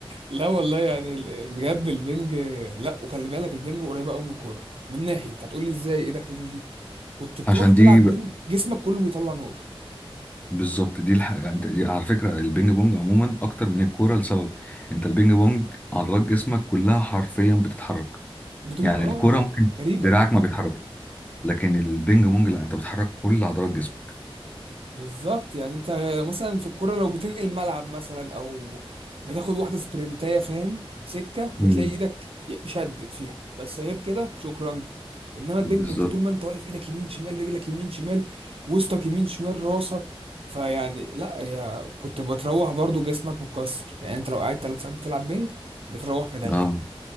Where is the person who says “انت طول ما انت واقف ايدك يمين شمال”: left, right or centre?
Right